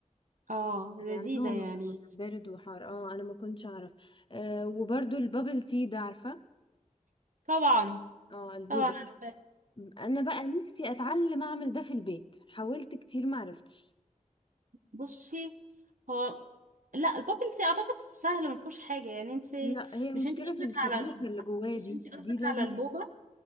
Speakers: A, on the right; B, on the left.
A: اه
B: يعني
A: لذيذه
B: عندهم
A: يعني
B: بارد وحار اه انا ما كنتش اعرف آه وبرضو البابل تي ده عارفه
A: طبعا
B: اه البوبو
A: طبعا عارفه
B: انا بقى نفسي اتعلم اعمل ده في البيت حاولت كتير ما عرفتش
A: بصي هو لا البابلز اعتقد سهل ما فيهوش حاجه يعني انت
B: لا هي المشكله
A: مش انت قصدك
B: في الكبيوتر
A: على ال...
B: اللي جواه
A: مش
B: دي
A: انت
B: دي
A: قصدك
B: لازم
A: على البوبا